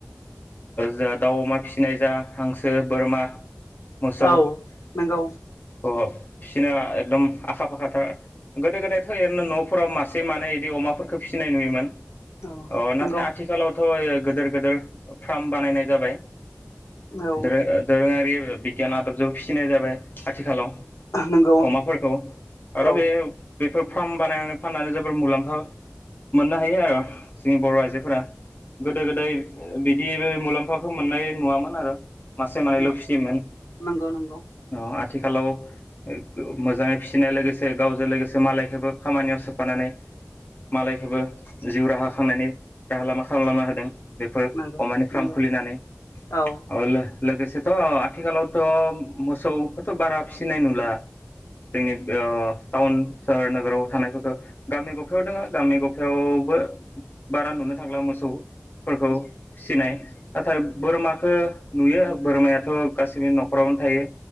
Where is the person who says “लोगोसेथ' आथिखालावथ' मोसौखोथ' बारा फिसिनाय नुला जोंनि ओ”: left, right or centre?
Left